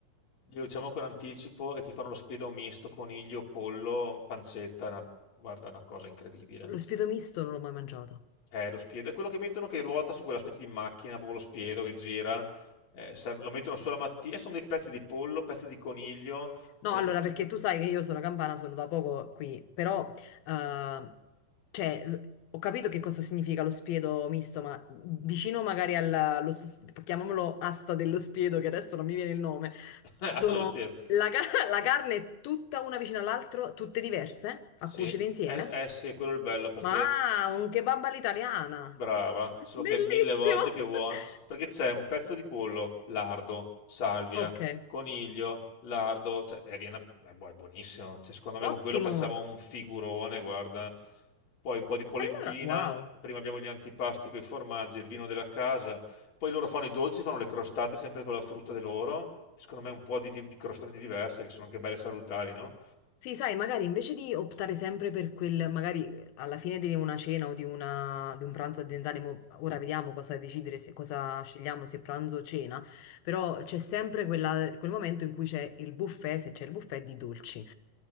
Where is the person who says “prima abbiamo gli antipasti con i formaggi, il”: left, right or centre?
Left